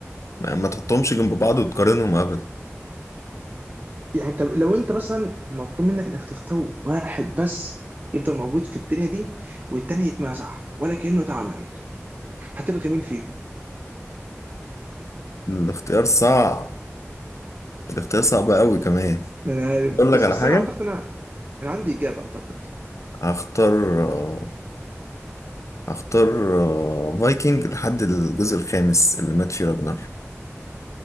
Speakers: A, on the left; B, on the right.
A: ما ما تحطهمش جنب بعض وتقارنهم أبدا
B: يعني انت لو انت مثلا مطلوب منك انك تختار واحد بس يفضل موجود في الدنيا دي والتاني يتمسح ولا كأنه اتعمل هتلغي مين فيهم؟
A: الاختيار صعب الاختيار صعب أوي كمان
B: انا
A: أقول
B: بس
A: لك على
B: بس
A: حاجة
B: انا اعتقد انا انا عندي اجابه اعتقد
A: هختار آه، هختار آه، فايكنج لحد الجزء الخامس اللي مات فيه راجنر